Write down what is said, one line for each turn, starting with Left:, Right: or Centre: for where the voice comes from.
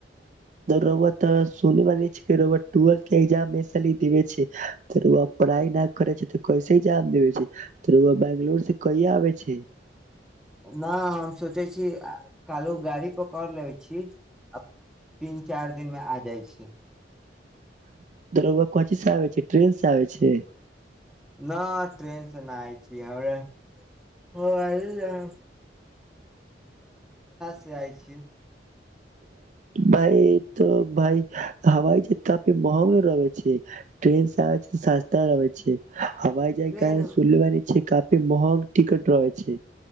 Right: <inaudible> पढ़ाइ नहि करय छियैक त कैसे इक्जाम दय छियैक त रौआ बैंगलूर सँ कहिआ आबय छि
Centre: नहि हम सोचय छी कल गाड़ी पकड़ लैत छी आ तीन चारि दिनमे आ जाइत छी
Right: <unintelligible> ट्रेन से आबय छियैक
Centre: न ट्रेन सँ नहि आबय छी हवाई जहाज सँ आबैत छी
Right: भइ त भइ हवाई ज काफि महग रहै छै ट्रेन से आब छै सस्ता रहय छै हवाइ
Centre: ट्रेन
Right: जायकां सुनले बानी छै काफी महंग टिकट रहय छै